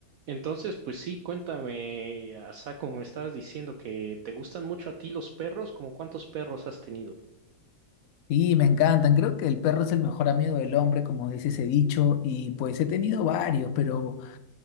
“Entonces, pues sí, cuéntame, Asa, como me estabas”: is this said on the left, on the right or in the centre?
Right